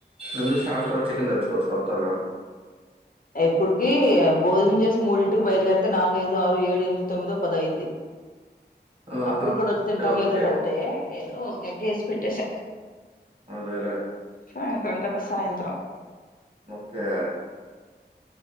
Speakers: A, on the right (about 30°); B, on the left (about 55°).
A: ఎందుకు సాయంత్రం చికెన్ తెచ్చుకోవచ్చు కొత్తగా
B: ఎప్పుడుకి భోజనం చేసి మూడింటికి బయలుదేరితే నాలుగుఐదు ఆరు ఏడు ఎనిమిది తొమ్మిదో పదైది
A: ఆహా
B: అప్పుడు కూడా వచ్చి తింటారు
A: ఓకే
B: లేదా డౌటే ఏదో ఒక ఎగ్కేసి పెట్టేస
A: అదేలే
B: సాయంత్రం గత సాయంత్రం
A: ఓకే